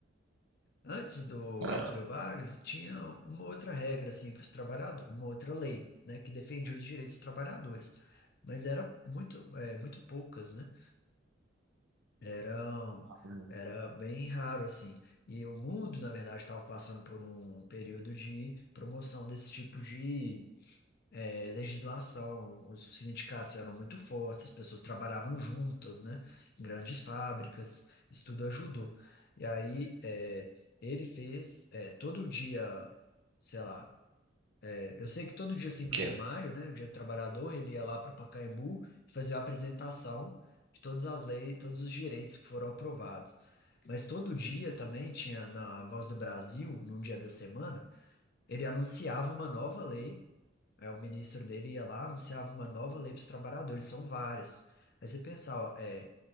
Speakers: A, on the left; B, on the right.
A: Antes do
B: Ah,
A: Getúlio Vargas, tinha uma outra regra assim para os trabalhadores, uma outra lei, né, que defendia os direitos dos trabalhadores. Mas era muito, é, muito poucas, né? Eram
B: hum,
A: era bem raro assim. E o mundo, na verdade, estava passando por um período de promoção desse tipo de é, legislação, os sindicatos eram muito fortes, as pessoas trabalhavam juntas, né, em grandes fábricas, isso tudo ajudou. E aí é, ele fez é, todo dia, sei lá, é, eu sei que todo dia 5
B: que-
A: de maio, né, o Dia do Trabalhador, ele ia lá para o Pacaembu e fazia a apresentação de todas as leis, todos os direitos que foram aprovados. Mas todo dia também tinha na Voz do Brasil, num dia da semana, ele anunciava uma nova lei é o ministro dele ia lá, anunciava uma nova lei para os trabalhadores, são várias. Aí você pensava, é,